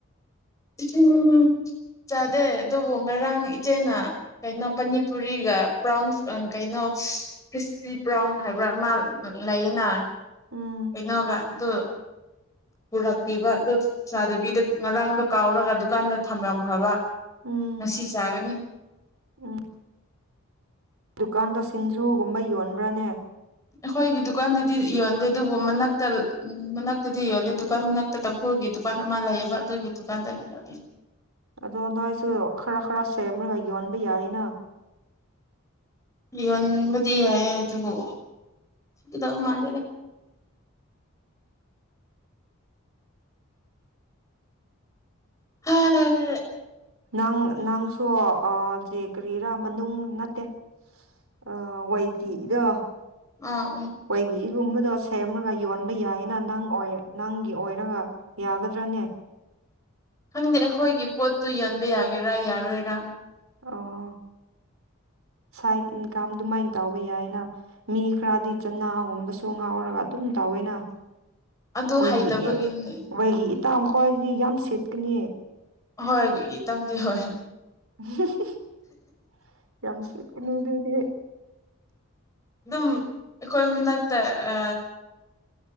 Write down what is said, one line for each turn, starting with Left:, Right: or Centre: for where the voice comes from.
Left: ꯏꯆꯤꯟ ꯆꯥꯗꯦ ꯑꯗꯨꯕꯨ ꯉꯔꯥꯡ ꯏꯆꯦꯅ ꯀꯩꯅꯣ ꯄꯅꯤꯄꯨꯔꯤꯒ ꯕ꯭ꯔꯥꯎꯟ ꯀꯩꯅꯣ ꯈ꯭ꯔꯤꯁꯄꯤ ꯕ꯭ꯔꯥꯎꯟ ꯍꯥꯏꯕ꯭ꯔꯥ ꯑꯃ ꯂꯩꯌꯦꯅ
Right: ꯎꯝ
Left: ꯏꯩꯅꯒ ꯑꯗꯨ ꯄꯨꯔꯛꯄꯤꯕ ꯑ ꯆꯥꯗꯕꯤꯗ ꯉꯔꯥꯡꯗꯣ ꯀꯥꯎꯔꯒ ꯗꯨꯀꯥꯟꯗ ꯊꯝꯂꯝꯈ꯭ꯔꯕ
Right: ꯎꯝ
Left: ꯉꯁꯤ ꯆꯥꯒꯅꯤ
Right: ꯎꯝ ꯗꯨꯀꯥꯟꯗ ꯁꯤꯡꯖꯨꯒꯨꯝꯕ ꯌꯣꯟꯕ꯭ꯔꯥꯅꯦ
Left: ꯑꯩꯈꯣꯏꯒꯤ ꯗꯨꯀꯥꯟꯗꯗꯤ ꯌꯣꯂꯦ ꯑꯗꯨꯕꯨ ꯃꯅꯥꯛꯇ ꯎ ꯃꯅꯥꯛꯇꯗꯤ ꯌꯣꯜꯂꯦ ꯗꯨꯀꯥꯟ ꯃꯅꯥꯛꯇ ꯇꯝꯐꯨꯜꯒꯤ ꯗꯨꯀꯥꯟ ꯑꯃ ꯂꯩꯌꯦꯕ ꯑꯗꯨꯒꯤ ꯗꯨꯀꯥꯟꯗ ꯌ
Right: ꯑꯗꯣ ꯅꯋꯥꯁꯨ ꯈꯔ ꯈꯔ ꯁꯦꯝꯃꯔꯒ ꯌꯣꯟꯕ ꯌꯥꯏꯅ
Left: ꯌꯣꯟꯕꯗꯤ ꯌꯥꯏ ꯑꯗꯨꯕꯨ ꯀꯗꯧ ꯃꯥꯟꯗꯦꯗ ꯍꯥ
Right: ꯅꯪ ꯅꯪꯁꯨ ꯑ ꯁꯦ ꯀꯔꯤꯔꯥ ꯃꯅꯨꯡ ꯅꯠꯇꯦ ꯑ ꯋꯥꯏꯒꯤꯗ ꯑꯩꯈꯣꯏꯒꯤ
Left: ꯑꯥ ꯑꯥ
Right: ꯏꯒꯨꯝꯕꯗꯣ ꯁꯦꯝꯃꯒ ꯌꯣꯟꯕ ꯌꯥꯏꯅ ꯅꯪ ꯑꯣꯏ ꯅꯪꯒꯤ ꯑꯣꯏ ꯍꯥꯏꯔꯒ ꯌꯥꯒꯗ꯭ꯔꯥꯅꯦ
Left: ꯈꯪꯗꯦ ꯑꯩꯈꯣꯏꯒꯤ ꯄꯣꯠꯇꯨ ꯌꯣꯟꯕ ꯌꯥꯒꯦꯔꯥ ꯌꯥꯔꯣꯏꯔꯥ
Right: ꯑꯣ ꯁꯥꯏꯠ ꯏꯟꯀꯥꯝ ꯑꯗꯨꯃꯥꯏꯅ ꯇꯎꯕ ꯌꯥꯏꯅ ꯃꯤ ꯈꯔꯗꯤ ꯆꯅꯥꯒꯍꯨꯝ ꯀꯁꯨ ꯉꯥꯎꯔꯒ ꯑꯗꯨꯝ ꯇꯥꯎꯋꯏꯅ
Left: ꯑꯗꯨ
Right: ꯃꯣꯏꯒꯤ
Left: ꯍꯩꯇꯕꯒꯤꯅꯤ
Right: ꯃꯣꯏꯒꯤ ꯏꯇꯥ ꯈꯋꯥꯏꯗꯤ ꯌꯥꯝ ꯁꯦꯠꯀꯅꯤꯌꯦ
Left: ꯍꯣꯏ ꯑꯩꯣꯏꯒꯤ ꯇꯝꯒꯦ ꯍꯣꯏ
Right: <inaudible> ꯌꯥꯝꯁꯤꯅꯗꯤꯦ
Left: ꯑꯗꯨꯝ ꯑꯩꯈꯣꯏ ꯃꯅꯥꯛꯇ ꯑ